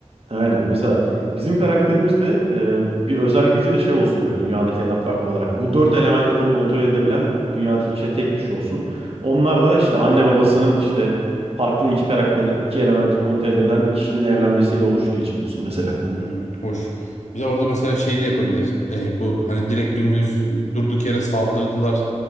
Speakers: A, on the right; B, on the left.
A: Aynen. Mesela bizim karakterimiz de e, bir özel gücü de şey olsun böyle dünyadakilerden farklı olarak. Bu dört elementi de kontrol edebilen dünyadaki işte tek kişi olsun. Onlar da işte anne babasının işte farklı iki karakteri, iki elementi kontrol edebilen kişinin evlenmesiyle oluştuğu için olsun mesela.
B: Hmm, hoş. Bir de orada mesela şey de yapabiliriz. Ee, bu hani direkt dümdüz durduk yere saldırdılar.